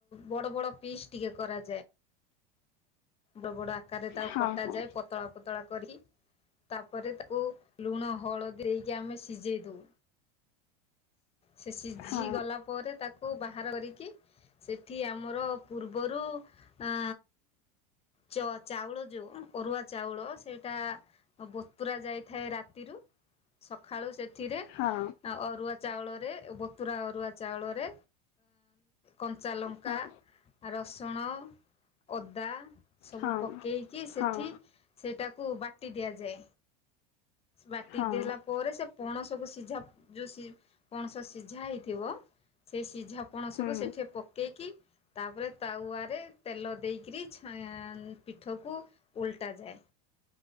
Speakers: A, on the left; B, on the left.
A: ବଡ ବଡ ପିସ୍ ଟିକେ କରାଯାଏ। ବଡ ବଡ଼ ଆକାରରେ ତାକୁ
B: ହଁ
A: କଟାଯାଏ। ପତଳା ପତଳା କରି। ତାପରେ ତାକୁ ଲୁଣ, ହଳଦୀ ଦେଇକି ଆମେ ସିଝେଇ ଦଉ। ସେ ସିଝିଗଲା
B: ହଁ
A: ପରେ ତାକୁ ବାହାର କରିକି, ସେଠି ଆମର ପୂର୍ବରୁ ଆ ଚ ଚାଉଳ ଯୋଉ ଅରୁଆ ଚାଉଳ, ସେଇଟା ବତୁରା ଯାଇଥାଏ ରାତିରୁ, ସକାଳୁ ସେଥିରେ
B: ହଁ
A: ଅରୁଆ ଚାଉଳରେ, ବତୁରା ଅରୁଆ ଚାଉଳରେ କଞ୍ଚାଲଙ୍କା,
B: ହଁ
A: ରସୁଣ, ଅଦା ସବୁ
B: ହଁ
A: ପକେଇକି ସେଠି
B: ହଁ
A: ସେଇଟାକୁ ବାଟି ଦିଆଯାଏ। ବାଟି
B: ହଁ
A: ଦେଲା ପରେ ସେ ପଣସକୁ ସିଝାପ ଯୋଉ ସି ପଣସ ସିଝା ହେଇଥିବ, ସେ ସିଝାପ୍ ପଣସକୁ
B: ହୁଁ
A: ସେଠେ ପକେଇକି ତାପରେ ତାୱା ରେ ତେଲ ଦେଇକିରି ଛାନ୍ ପିଠଉକୁ ଓଲଟାଯାଏ।